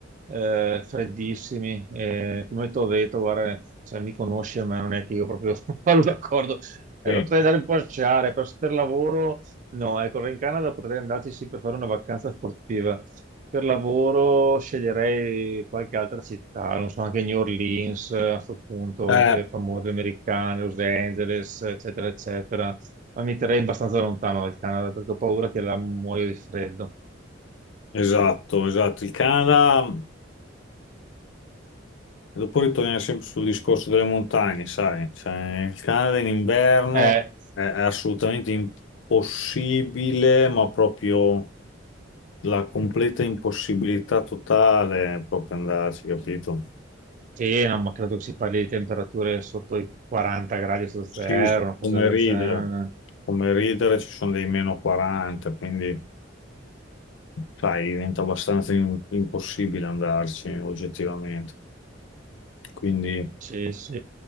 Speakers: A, on the right; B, on the left.
A: eh, freddissimi. Eh, come ti ho detto, guarda, cioè, mi conosci a me, non è che io proprio <laughs> parlo d'accordo. Eh,
B: Sì.
A: potrei andare un po' a sciare, per, per lavoro no. Ecco, allora in Canada potrei andarci sì per fare una vacanza sportiva. Per lavoro sceglierei qualche altra città, non so, anche New Orleans, eh, a questo punto,
B: Eh,
A: quelle famose americane, Los Angeles, eccetera, eccetera ma mi terrei abbastanza lontano dal Canada perché ho paura che la muoio di freddo.
B: esatto, esatto. Il Canada. Dopo ritorniamo sempre sul discorso delle montagne, sai, cioè, il Canada in inverno
A: Eh,
B: è, è assolutamente impossibile, ma proprio la completa impossibilità totale è proprio andarci, capito?
A: sì, no, ma credo che si parli di temperature sotto i 40 gradi su zero,
B: Sì,
A: una cosa
B: come
A: del
B: ridere,
A: genere.
B: come ridere ci sono dei meno 40, quindi sai, diventa abbastanza im- impossibile andarci oggettivamente. Quindi
A: Sì, sì.